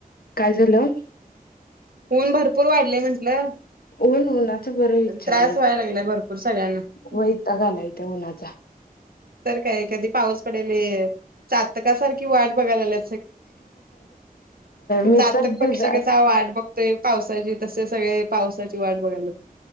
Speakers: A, on the left; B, on the right.
A: काय झालं
B: ऊन भरपूर वाढलेय म्हंटलं
A: ऊन उन्हाचं बरं विचारलं
B: त्रास व्हायला लागलाय भरपूर सगळ्यांना
A: वैताग आलाय त्या उन्हाचा
B: तर काय कधी पाऊस पडेल चातकासारखी वाट बघायला ला
A: मी
B: चातक
A: तर
B: पक्षी
A: दिल
B: कसा वाट बघतोय पावसाची तसे सगळे पावसाची वाट बघायला